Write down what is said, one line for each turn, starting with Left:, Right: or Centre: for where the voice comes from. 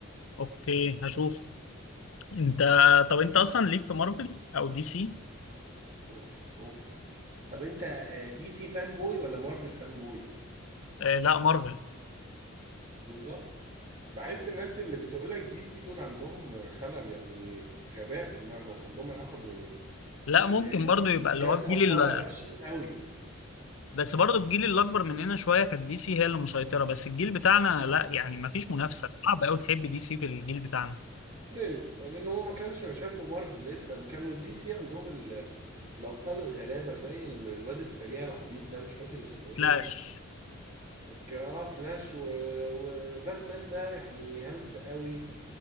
Left: اوكي هشوف انت طب انت اصلا ليك في مارفل او دي سي
Right: اوف اوف طب انت آه، دي سي فان بوي ولا مارفل فان بوي
Left: آه لا مارفل
Right: بالظبط بحس الناس اللي بتقولك دي سي دول عندهم خلل يعني غباء في دماغهم عندهم إعاقة ذهنية
Left: لا
Right: إن
Left: ممكن
Right: دي
Left: برضو
Right: سي
Left: يبقى
Right: بجد
Left: اللي هو الجيل
Right: أبطالها
Left: اللي...
Right: وحشين قوي
Left: بس برضو الجيل اللي اكبر مننا شويه كانت دي سي هي اللي مسيطره بس الجيل بتاعنا لا يعني ما فيش منافسه صعب قوي تحب دي سي في الجيل بتاعنا
Right: برنس لأن هو ما كانش شافوا مارفل لسه كانوا دي سي عندهم ال... الأبطال الغلابة زي ال- الواد السريع العبيط ده مش فاكر اسمه إيه
Left: فلاش
Right: ك- اه فلاش و... وباتمان ده يعني هلس قوي